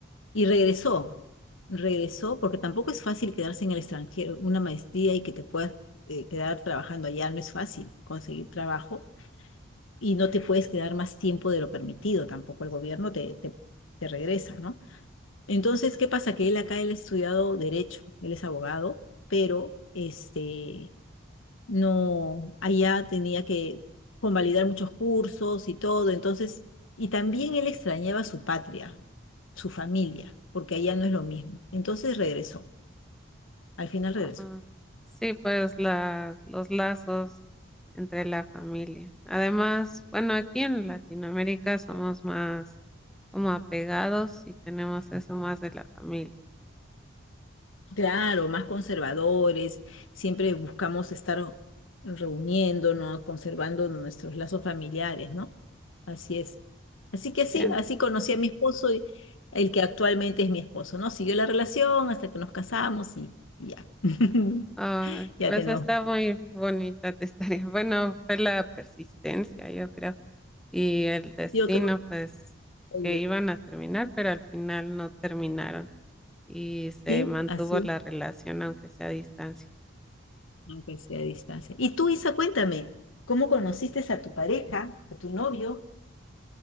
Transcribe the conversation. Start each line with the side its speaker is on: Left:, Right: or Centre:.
Left: Y regresó. regresó, porque tampoco es fácil quedarse en el extranjero, una maestría y que te puedas eh, quedar trabajando allá, no es fácil conseguir trabajo y no te puedes quedar más tiempo de lo permitido, tampoco el gobierno te, te, te regresa, ¿no? Entonces, ¿qué pasa? Que él acá, él ha estudiado derecho, él es abogado, pero este, no, allá tenía que convalidar muchos cursos y todo, entonces, y también él extrañaba su patria, su familia, porque allá no es lo mismo. Entonces regresó. Al final
Centre: Ah,
Left: regreso.
Centre: sí, pues las, los lazos entre la familia. Además, bueno, aquí en Latinoamérica somos más como apegados y tenemos eso más de la familia.
Left: Claro, más conservadores, siempre buscamos estar reuniéndonos, conservando nuestros lazos familiares, ¿no? Así es. Así que sí,
Centre: Bien.
Left: así conocí a mi esposo, y- el que actualmente es mi esposo, ¿no? Siguió la relación hasta que nos casamos y, y ya. <laughs>
Centre: Ah,
Left: Ya
Centre: pues
Left: tenemos.
Centre: está muy bonita tu <laughs> historia. Bueno, fue la persistencia, yo creo. y el destino,
Left: Yo creo
Centre: pues,
Left: que eh,
Centre: que iban a terminar, pero al final no terminaron y se
Left: sí,
Centre: mantuvo
Left: así
Centre: la
Left: es,
Centre: relación, aunque sea a distancia.
Left: aunque sea a distancia. Y tú, Isa, cuéntame, ¿cómo conociste a tu pareja, a tu novio?